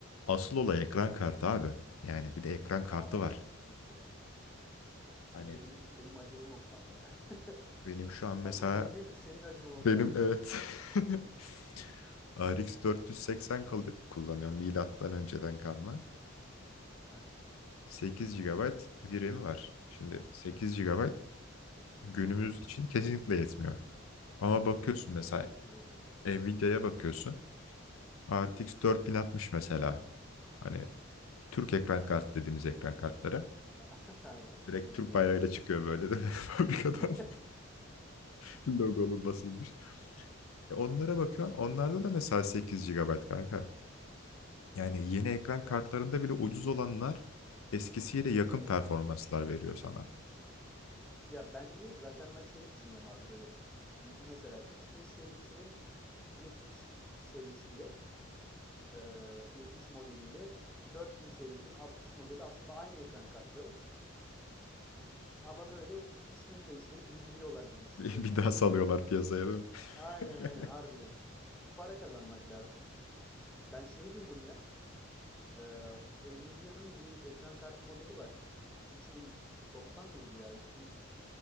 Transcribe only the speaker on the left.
Asıl olay ekran kartı abi. Yani bir de ekran kartı
var.
Hani
benim şu
an mesela
benim
evet <laughs> RX 480 kal- kullanıyorum milattan önceden kalma.
8 GB RAM'i var. Şimdi 8 gigabayt günümüz için kesinlikle yetmiyor. Ama bakıyorsun
mesela
Nvidia'ya bakıyorsun. RTX
4060 mesela. Hani Türk ekran kartı dediğimiz ekran kartları.
Direkt
Türk
bayrağıyla
çıkıyor böyle de <laughs> fabrikadan
<laughs> logolu basılmış. E onlara bakıyorsun. Onlarda
da mesela 8 GB kanka. Yani yeni ekran
kartlarında bile ucuz olanlar eskisiyle yakın
performanslar veriyor sana.
<laughs>
Bir bir
daha salıyorlar piyasaya değil mi?
<laughs>